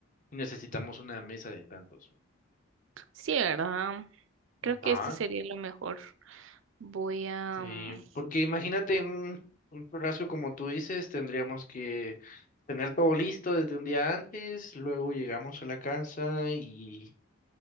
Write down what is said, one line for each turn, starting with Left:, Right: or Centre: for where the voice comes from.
Left: Y necesitamos una mesa de tantos.
Right: Sí, ¿verdad?
Left: Ajá,
Right: Creo que esto sería lo mejor. Voy a...
Left: sí.
Right: mm,
Left: Porque imagínate un, un churrasco como tú dices, tendríamos que tener todo listo desde un día antes, luego llegamos a la casa y